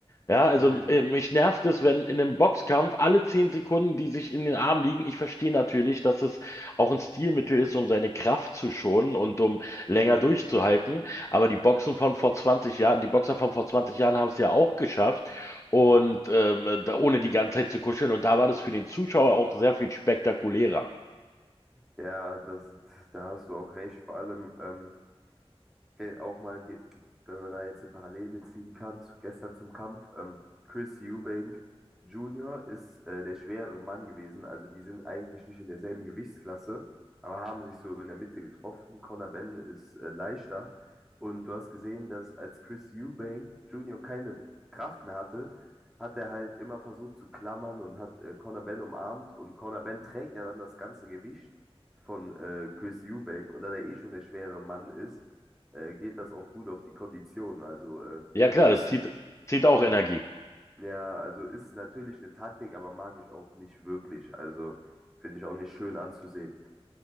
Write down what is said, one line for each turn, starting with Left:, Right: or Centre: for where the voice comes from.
Left: Ja, also
Centre: mhm,
Left: äh, mich nervt es, wenn in einem Boxkampf alle zehn Sekunden, die sich in den Arm liegen, ich verstehe natürlich, dass es auch ein Stilmittel ist, um seine Kraft zu schonen und um länger
Centre: mhm.
Left: durchzuhalten. Aber die Boxen von vor 20 Jahren, die Boxer von vor 20 Jahren haben es ja auch geschafft und ähm, da, ohne die ganze Zeit zu kuscheln. Und da war das für den Zuschauer auch sehr viel spektakulärer.
Centre: Ja, das, da hast du auch recht. Vor allem, ähm, ge- auch mal, ge- wenn man da jetzt eine Parallele ziehen kann zu gestern zum Kampf, ähm, Chris Eubank Jr. ist äh, der schwerere Mann gewesen. Also die sind eigentlich nicht in derselben Gewichtsklasse, aber haben sich so in der Mitte getroffen. Conor Benn ist äh, leichter. Und du hast gesehen, dass als Chris Eubank Jr. keine Kraft mehr hatte, hat er halt immer versucht zu klammern und hat äh, Conor Benn umarmt. Und Conor Benn trägt ja dann das ganze Gewicht von äh, Chris Eubank. Und da der eh schon der schwere Mann ist, äh, geht das auch gut auf die Kondition. Also äh,
Left: Ja klar,
Centre: ist
Left: das zieht,
Centre: nat-
Left: zieht auch Energie.
Centre: ja, also ist natürlich eine Taktik, aber mag ich auch nicht wirklich. Also finde ich auch nicht schön anzusehen.